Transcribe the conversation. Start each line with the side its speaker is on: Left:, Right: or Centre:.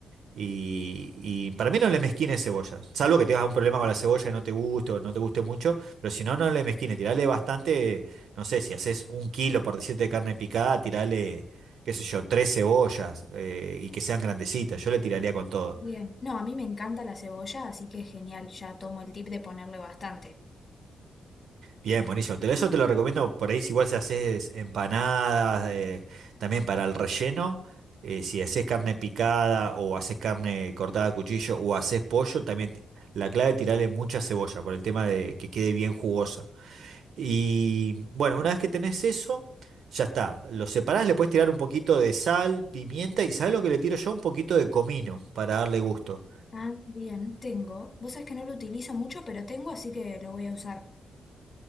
Right: Y, y para mí no le mezquines cebollas, salvo que tengas un problema con la cebolla y no te guste o no te guste mucho, pero si no, no le mezquines, tirale bastante, no sé, si haces un kilo por 17 de carne picada, tirale, qué sé yo, tres cebollas eh, y que sean grandecitas, yo le tiraría con todo.
Left: Bien. No, a mí me encanta la cebolla, así que genial, ya tomo el tip de ponerle bastante.
Right: Bien, buenísimo. Te- Eso te lo recomiendo por ahí si igual si haces empanadas, eh, también para el relleno. eh, si haces carne picada o haces carne cortada a cuchillo o haces pollo, también ti- la clave es tirarle mucha cebolla por el tema de que quede bien jugosa. Y bueno, una vez que tenés eso, ya está. Lo separás, le puedes tirar un poquito de sal, pimienta y ¿sabés lo que le tiro yo? Un poquito de comino para darle gusto.
Left: Ah, bien, tengo. Vos sabés que no lo utilizo mucho, pero tengo, así que lo voy a usar.